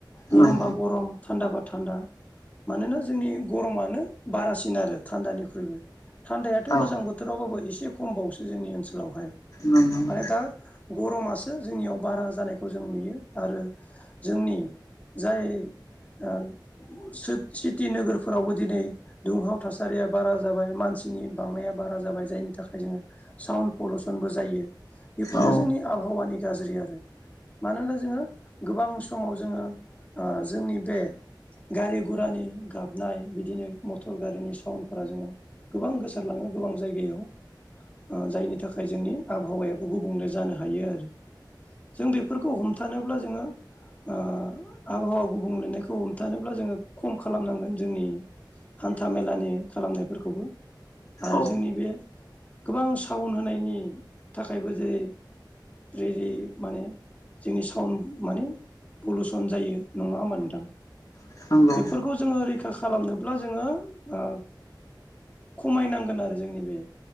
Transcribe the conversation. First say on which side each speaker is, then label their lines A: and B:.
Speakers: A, on the left; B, on the left.
A: गरम
B: नों
A: बा गरम थान्दा बा थान्दा। मानोना जोंनि गरमानो बारासिन आरो थान्दानिख्रुइबो। थान्दायाथ'
B: औ
A: गोजां बोथोरावबाबो एसे खम बावसो जोंनि ओनसोलावहाय
B: नंगौ
A: माने दा गरमासो जोंनियाव बारा जानायखौ जों नुयो आरो जोंनि जाय ओ सोत-सिति नोगोरफोरावबो दिनै दुंहाव थासारिया बारा जाबाय मानसिनि बांनाया बारा जाबाय जायनि थाखाय जोङो साउन्द पलुसनबो जायो बेफोरबो
B: औ नंगौ औ
A: जोंनि आबहावानि गाज्रि आरो। मानोना जोङो गोबां समाव जोङो ओ जोंनि बे गारि गुरानि गाबनाय बिदिनो मटर गारिनि साउन्दफोरा जोङो गोबां गोसारलाङो गोबां जायगायाव। ओ जायनि थाखाय जोंनि आबहावायाबो गुबुंले जानो हायो आरो। जों बेफोरखौ हमथानोब्ला जोङो ओ आबहावा गुबुंलेनायखौ हम हमथानोब्ला जोङो खम खालामनांगोन जोंनि हान्था मेलानि खालामनायफोरखौबो। आरो
B: औ
A: जोंनि बे गोबां सावन होनायनि थाखायबो जेरै रै रै माने जोंनि साउन्द माने पलुसन जायो नङा होमबा नोंथां।
B: नंगौ
A: बेफोरखौ जोङो रैखा खालामनोब्ला जोङो ओ खमायनांगोन आरो जोंनि बे